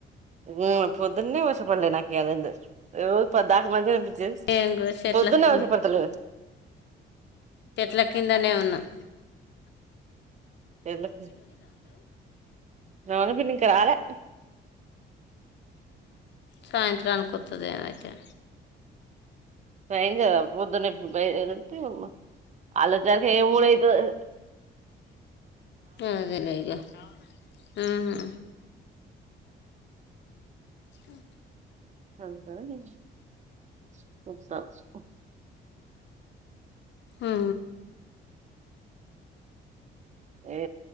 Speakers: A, on the right; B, on the left.
A: ఉమ్ పొదున్న వ కపడలే నాకు అ ఓ పొద్దకాలు మా ఆ
B: నేను కూడా చెట్ల
A: పొద్దున్న
B: కింద
A: ఆవపడతులే
B: చెట్ల కిందనే ఉన్నాం
A: ఎవల్ ధోలఫింద్ ఇంకా రాలే
B: సాయంత్రానికొత్తది అయితే
A: భయం కదా పొద్దున్న ఎప్పుడుంటే ఆలోచన హే ముదైతద్
B: అదేలే ఇగా ఆహా ఇ
A: <unintelligible>
B: ఆ ఆ
A: ఏ